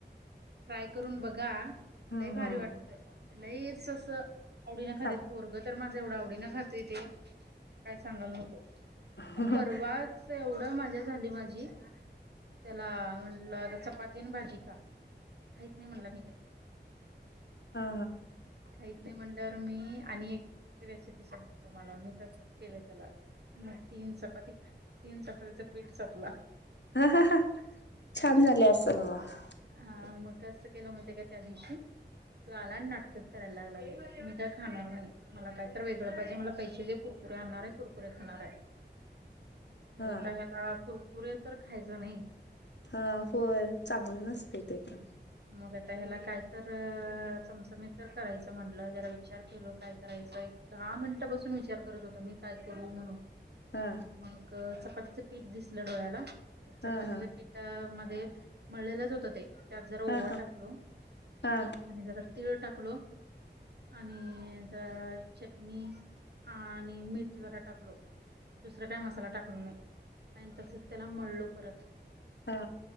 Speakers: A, on the right (about 65°); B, on the left (about 70°).
A: ट्राय करून बघा.
B: हम्म
A: लय भारी
B: हम्म
A: वाटत. लयच असं आवडीनें खात्यात.
B: सांग
A: पोरगं तर माझं एवढं आवडीनें खातंय ते काय सांगायला नको...
B: ह ह
A: परवाच मज्जा झाली माझी त्याला म्हटलं, चपाती आणि भाजी खा. खाईत नाही म्हणला मी काय
B: हा
A: खाईत नाही म्हणलं तर मी आणि एक रेसिपी सांगतो तुम्हाला मी तसच केलं त्याला मग तीन चपाती तीन चपातीचं पीठ संपला.
B: ह हा ह छान झाले असेल मग
A: हा मग कसं केलं माहित आहे का त्या दिवशी त्यो आला आणि नाटकंच करायला लागला लई मी काय खाणार नाही. मला काय तर वेगळं पाहिजे. मला पैसे दे. कुरकुऱे आणणार आहे. कुरकुऱे खाणार आहे. मग
B: हा
A: आता ह्याला कुरकुरे तर खायच नाही.
B: हा होय चांगलं नसतं ते पण
A: मग आता ह्याला काय तर चमचमी तर करायचं म्हणटलं, जरा विचार केल काय करायचं? दहा मिनटापासून विचार करत होत मी काय करू म्हणून.
B: हा
A: मग चपातीचं पीठ दिसलं डोळ्याला. चपातीच
B: हा हा
A: पीठ मग ते मळलेलच होत ते. त्यात जरा ओवा
B: हा हा
A: टाकलो
B: हा
A: आणि जरा तीळ टाकलो. <unintelligible> आणि जरा चटणी आणि मीठ जरा टाकलो. दुसरा काय मसाला टाकलो नाही आणि तसेच त्याला मळलो परत.
B: हा.